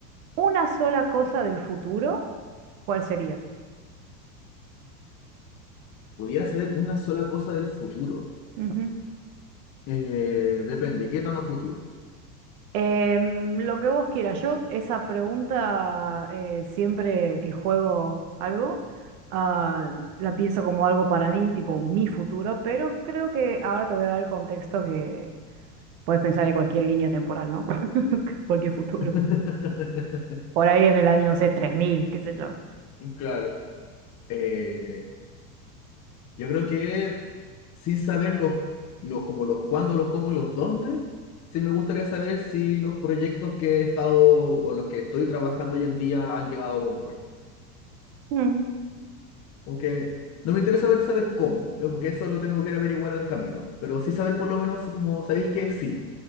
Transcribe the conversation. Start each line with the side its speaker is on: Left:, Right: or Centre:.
Right: una sola cosa del futuro, ¿cuál sería?
Left: Pudiera saber una sola cosa del futuro.
Right: Ujú.
Left: Eh, depende, ¿qué tan a futuro?
Right: Em, lo que vos quieras. Yo esa pregunta eh, siempre que juego algo, ah, la pienso como algo para mí, tipo mi futuro, pero creo que ahora te voy a dar el contexto que puedes pensar en cualquier línea temporal, ¿no? <laughs> Cualquier futuro.
Left: <laughs>
Right: Por ahí en el año, no sé, 3000 qué sé yo.
Left: Claro. Eh, yo creo que sin saber los, los como los cuándo, los cómo y los dónde, sí me gustaría saber si los proyectos que he estado o los que estoy trabajando hoy en día han llegado a buen puerto.
Right: Mm.
Left: Como que no me interesa ver saber cómo, creo, porque eso lo tengo que ir a averiguar en el camino. Pero sí saber por lo menos si como sabéis que sí.